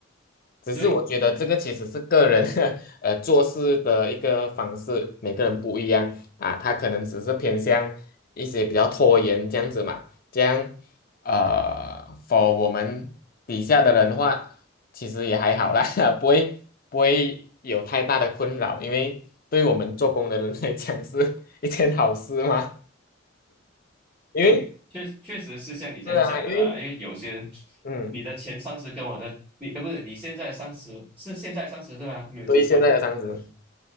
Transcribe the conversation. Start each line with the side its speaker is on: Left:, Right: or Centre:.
Left: 只是我觉得这个其实是个人
Centre: 对，
Left: <laughs> 呃做事的一个方式，每个人不一样啊。他可能只是偏向一些比较拖延这样子嘛，这样呃，for 我们底下的人的话，其实也还好啦，<laughs> 不会不会有太大的困扰，因为对我们做工的人来讲是一件好事嘛。因为
Centre: 确确实是像你这样讲的啦，
Left: 是啊，因为
Centre: 因为有些人，
Left: 嗯，
Centre: 你的前上司跟我的你，呃，不是你现在上司是现在上司对吧？没有听错，
Left: 对现在的上司，